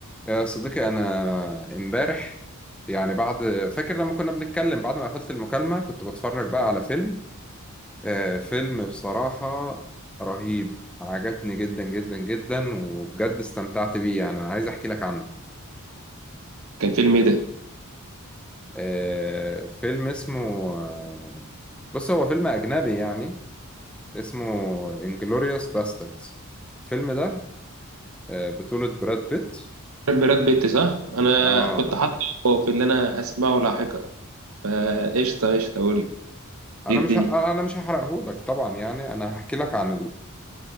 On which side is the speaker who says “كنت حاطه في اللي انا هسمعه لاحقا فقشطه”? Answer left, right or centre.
Right